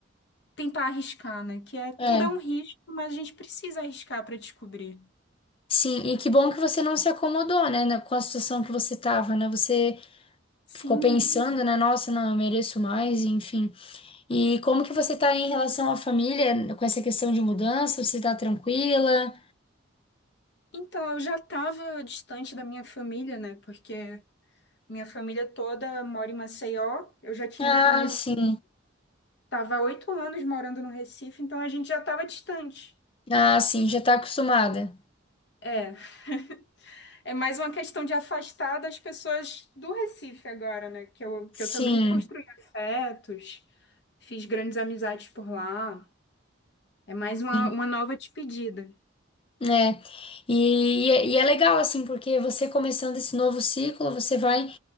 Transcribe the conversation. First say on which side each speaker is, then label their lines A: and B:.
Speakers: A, on the left; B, on the left.
A: tentar arriscar, né? Que é, tudo
B: É,
A: é um risco, mas a gente precisa arriscar para descobrir.
B: sim, e que bom que você não se acomodou, né, na- com a situação que você tava, né? Você
A: Sim.
B: ficou pensando, né, nossa, não, eu mereço mais, enfim. E como que você tá aí em relação à família, com essa questão de mudança? Você tá tranquila?
A: Então, eu já estava distante da minha família, né? Porque minha família toda mora em Maceió. Eu já tinha
B: Ah,
A: ido para o Recife.
B: sim.
A: Tava há oito anos morando no Recife, então a gente já estava distante.
B: Ah, sim, já tá acostumada.
A: É, <laughs> é mais uma questão de afastar das pessoas do Recife agora, né? Que eu, que
B: Sim,
A: eu também construí afetos, fiz grandes amizades por lá. É mais uma,
B: sim,
A: uma nova despedida.
B: né? E, e é e é legal, assim, porque você começando esse novo ciclo, você vai